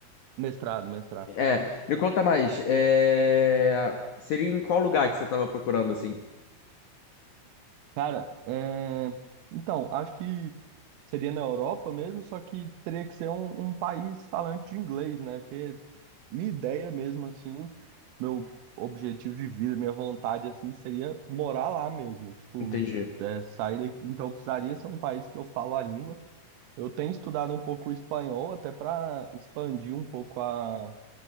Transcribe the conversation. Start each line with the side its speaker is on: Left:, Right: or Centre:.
Right: Mestrado, mestrado.
Left: É, me conta mais. é, Seria em qual lugar que você tava procurando, assim?
Right: Cara, é... então, acho que seria na Europa mesmo, só que teria que ser um, um país falante de inglês, né? Porque minha ideia mesmo, assim, meu objetivo de vida, minha vontade, assim, seria morar lá mesmo. Tipo,
Left: Entendi.
Right: é, sair daqui. Então, precisaria ser um país que eu falo a língua. Eu tenho estudado um pouco o espanhol, até para expandir um pouco a